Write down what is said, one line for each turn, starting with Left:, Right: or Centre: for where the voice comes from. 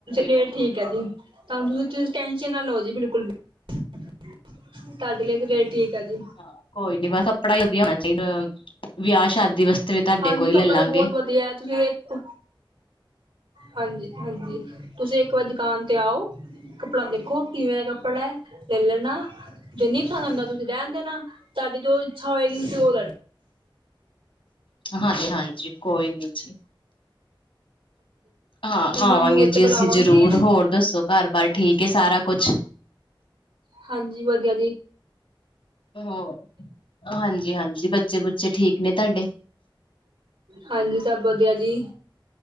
Right: ਰੇਟ
Left: ਨੀ
Right: ਠੀਕ ਹੈ ਜੀ। ਸਾਨੂੰ ਤੁਸੀਂ ਟੈਸ਼ਨ ਨਾ ਲਓ ਜੀ ਬਿਲਕੁਲ ਵੀ, ਤੁਹਾਡੇ ਲਈੇ ਤੇ ਰੇਟ ਠੀਕ। ਹੈ ਜੀ
Left: ਹਾਂ ਕੋਈ ਨੀ ਬਸ ਕੱਪੜਾ ਵੀ ਵਧੀਆ ਹੋਣਾ ਚਾਹੀਦਾ ਵਿਆਹ-ਸ਼ਾਦੀ ਵਾਸਤੇ। ਵੀ ਤੁਹਾਡੇ
Right: ਹਾਂਜੀ,
Left: ਕੋਲ
Right: ਕੱਪੜਾ
Left: ਲੈ ਲਾਂਗੇ
Right: ਤਾਂ ਬਹੁਤ ਵਧੀਆ ਹੈ ਤੁਸੀਂ ਵੇਖੋ। ਹਾਂਜੀ-ਹਾਂਜੀ, ਤੁਸੀਂ ਇੱਕ ਵਾਰ ਦੁਕਾਨ ਤੇ ਆਓ। ਕੱਪੜਾ ਦੇਖੋ ਕਿਵੇਂ ਦਾ ਕੱਪੜਾ ਹੈ ਲੈ ਲੈਣਾ, ਜੇ ਨੀ ਪਸੰਦ ਆਂਦਾ ਤੁਸੀਂ ਰਹਿਣ ਦੇਣਾ। ਤੁਹਾਡੀ ਜੋ ਇੱਛਾ ਹੋਏਗੀ ਤੁਸੀਂ ਉਹ ਲੈਣਾ।
Left: ਹਾਂਜੀ-ਹਾਂਜੀ, ਕੋਈ ਨੀ ਜੀ। ਹਾਂ ਆਵਾਂਗੇ
Right: ਮੈਂ ਮੂਰਤ ਤੇ
Left: ਜੀ
Right: ਬੁਲਾਵਾਂਗੀ
Left: ਅਸੀਂ ਜ਼ਰੂਰ, ਹੋਰ ਦੱਸੋ ਘਰ-ਬਾਰ ਠੀਕ ਏ ਸਾਰਾ ਕੁੱਛ।
Right: ਹਾਂਜੀ, ਵਧੀਆ ਜੀ।
Left: ਹੋਰ ਹਾਂਜੀ-ਹਾਂਜੀ, ਬੱਚੇ-ਬੁੱਚੇ ਠੀਕ ਨੇ ਤੁਹਾਡੇ।
Right: ਹਾਂਜੀ, ਸਭ ਵਧੀਆ ਜੀ।